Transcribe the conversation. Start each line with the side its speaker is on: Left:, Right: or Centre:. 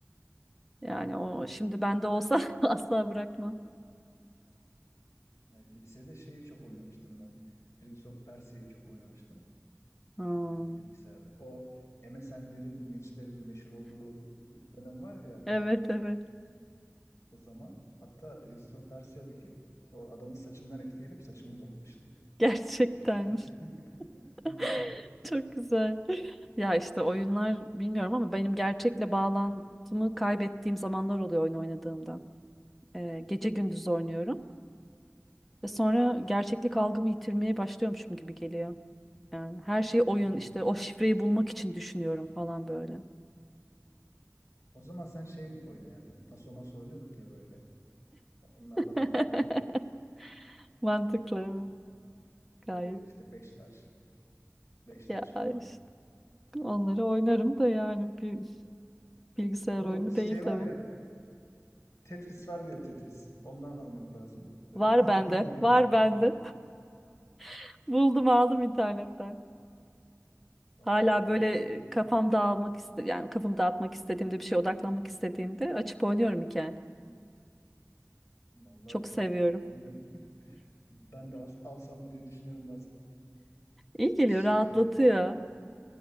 Centre: Yani o şimdi bende olsa <laughs> asla bırakmam.
Left: Yani lisede şeyi çok oynamıştım ben. Prince of Persia'yı çok oynamıştım
Centre: Hmm.
Left: e, bilgisayarda. O MSN'lerin, Mirç'lerin meşhur olduğu e, dönem var ya
Centre: Evet evet
Left: o zaman. Hatta Prince of Persia'daki o adamın saçından etkilenip saçımı uzatmıştım.
Centre: gerçekten.
Left: Düşünün. <laughs>
Centre: <laughs>
Left: Aynen.
Centre: Çok güzel. Ya işte oyunlar bilmiyorum ama benim gerçekle bağlantımı kaybettiğim zamanlar oluyor oyun oynadığımda. Ee, gece gündüz oynuyorum ve sonra gerçeklik algımı yitirmeye başlıyormuşum gibi geliyor. Yani her şeyi oyun
Left: O zaman,
Centre: işte o şifreyi bulmak için düşünüyorum falan böyle.
Left: o zaman sen şey oyna yani. Tasomas oynuyorduk ya böyle. Onlardan
Centre: <laughs>
Left: falan
Centre: Mantıklı evet
Left: Evet.
Centre: gayet.
Left: böyle işte beş taş, beş taş
Centre: Ya
Left: falan.
Centre: işte onları oynarım da yani bir bilgisayar
Left: Şu
Centre: oyunu
Left: şey
Centre: değil tabii.
Left: var ya Tetris var diye Tetris. Ondan almak lazım. <laughs>
Centre: Var bende,
Left: Onunla oyna.
Centre: var bende. <laughs> Buldum aldım internetten.
Left: Vallahi
Centre: Hala böyle
Left: bilmiyorum.
Centre: e, kafam dağılmak iste yani kafamı dağıtmak istediğimde bir şeye odaklanmak istediğimde açıp oynuyorum hikaye.
Left: Vallahi
Centre: Çok seviyorum.
Left: bilmiyorum. <laughs> Ben de al- alsam mı diye düşünüyorum bazen.
Centre: İyi geliyor,
Left: Şeyde
Centre: rahatlatıyor.